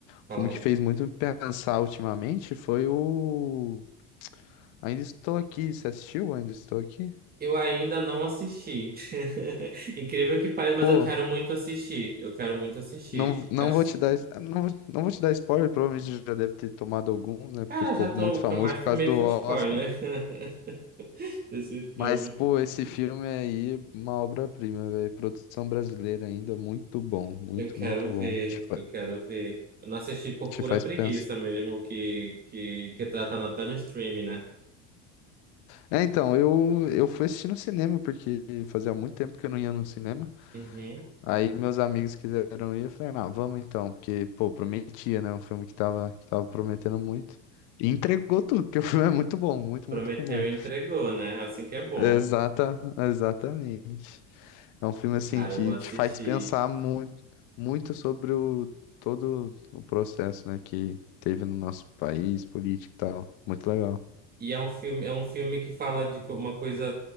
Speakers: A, on the right; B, on the left.
A: fala
B: O filme que
A: aí.
B: fez muito me pensar ultimamente foi o Ainda estou aqui. Você assistiu? Ainda estou aqui?
A: Eu ainda não assisti. <laughs> Incrível que pareça, mas
B: Pô,
A: eu quero muito assistir. Eu quero muito assistir.
B: não, não
A: É
B: vou te dar, es- não, vou- não vou te dar spoiler, provavelmente já deve ter tomado alguns, né? Porque
A: Cara,
B: ficou
A: já tô,
B: muito
A: o
B: famoso
A: que eu mais
B: por
A: tomei
B: causa do
A: foi
B: Oscar.
A: spoiler <laughs> desse filme.
B: Mas, pô, esse filme aí, é uma obra-prima, velho. Produção brasileira ainda, muito bom, muito,
A: Eu quero
B: muito bom.
A: ver,
B: Te, fa-
A: eu quero ver. Eu não assisti por
B: te
A: pura
B: faz
A: preguiça
B: pensar.
A: mesmo, que, que, que já tá até no streaming, né?
B: É, então, eu, eu fui assistir no cinema, porque fazia muito tempo que eu não ia no cinema.
A: Uhum.
B: Aí meus amigos quiseram ir, eu falei, não, vamos então, porque, pô, prometia, né? Um filme que tava, que tava prometendo muito. E entregou tudo, porque o filme é muito bom, muito,
A: Prometeu
B: muito bom.
A: e entregou, né? Assim que é bom.
B: Exata, exatamente. É um filme, assim,
A: Cara,
B: que
A: eu vou assistir.
B: te faz pensar muito, muito sobre o, todo o processo, né, que teve no nosso país, político e tal. Muito legal.
A: E é um filme, é um filme que fala de co- uma coisa